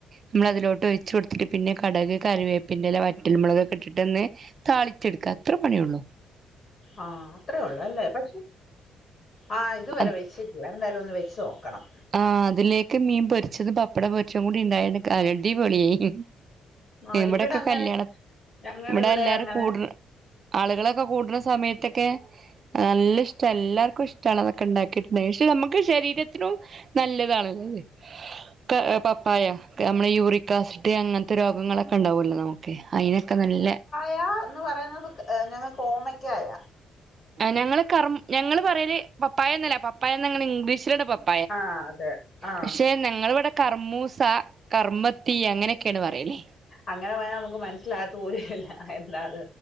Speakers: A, on the right (about 45°); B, on the left (about 35°).
A: നമ്മളതിലോട്ട് ഒഴച്ച് കൊടുത്തിട്ട് പിന്നെ കടക് കറിവേപ്പിൻ്റെല്ല വറ്റൽ മുളകൊക്കെട്ടിട്ട്ന്ന് താളിച്ചെടുക്കാ അത്ര പണിയള്ളൂ
B: ആ അത്രേള്ളൂല്ലേ പക്ഷെ ആ ഇതുവരെ
A: അത്
B: വെച്ച എല്ല ന്തായാലും ഒന്ന് വെച്ച് നോക്കണം
A: ആ അതിലേക്ക് മീൻ പൊരിച്ചത് പപ്പട പൊരിച്ച കൂടിണ്ടായിണ്ട് അടി പൊളിയായി
B: ആഹ്
A: ഇവിടെക്കെ
B: ഇവിടെ അങ്ങനെ
A: കല്യാണ
B: ഞങ്ങളിവിടെ
A: ഇവിടെ എല്ലാരും
B: അങ്ങനെ
A: കൂടു ആളുകളൊക്കെ കൂട്ടുന്ന സമയത്തൊക്കെ നല്ല ഇഷ്ട എല്ലാർക്കും ഇഷ്ടാണ് അതൊക്കെ ഉണ്ടാക്കിട്ട് പക്ഷെ നമുക്ക് ശരീരത്തിനും നല്ലതാണല്ലോ അതെ ക്ക പപ്പായ നമ്മെ യൂറിക്കാസിഡ് അങ്ങനത്തെ രോഗങ്ങളൊക്കെ ഉണ്ടാവൂല്ലോ നമുക്ക് ഓക്കെ അയിനൊക്കെ നല്ല
B: യാ എന്ന് പറയുന്നത് ഞങ്ങ കോമക്കായ
A: ഞങ്ങള് കർ ഞങ്ങള്ൾ പറയല് പപ്പായന്നല്ല പപ്പായന്ന് ഞങ്ങള്ൾ ഇംഗ്ലീഷിലടെ പപ്പ
B: ആഹ് അതെ ആഹ്
A: പക്ഷെ ഞങ്ങളിവിടെ കർമ്മൂസ കർമ്മത്തി അങ്ങനെയൊക്കെയാണ് പറയലേ
B: അങ്ങനെ പറഞ്ഞാൽ നമുക്ക് മനസ്സിലാത്തൂരല്ല എന്താ അത്